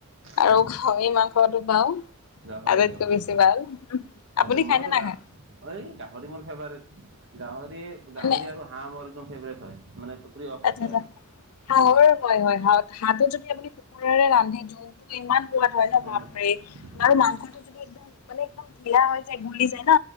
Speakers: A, on the left; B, on the right.
A: আৰু
B: হয়
A: গাহৰি মাংস- পাওঁ,
B: গাহৰি
A: আটাইটকৈ
B: গাহৰি
A: বেছি ভাল। আপুনি
B: আচ্ছা মোৰ
A: খাই নে নেখায়?
B: গা এই গাহৰি মোৰ ফেভাৰট। গাহৰি-গাহৰি
A: মানে
B: আৰু হাঁহ মোৰ একদম ফেভাৰট হয়। মানে প্ৰিয় খাদ্য
A: আচ্ছা আচ্ছা
B: আৰু
A: হাঁহৰ
B: হুম।
A: হয় হয় হাঁহতো যদি আমি কুকুৰৰে ৰান্ধি জু জুলটো ইমান সোৱাদ হয় ন'
B: উম,
A: বাপৰে আৰু মাংসটো-
B: উম,
A: যদি একদম মানে একদম ঢিলা হৈ যায় গুলি যায় ন,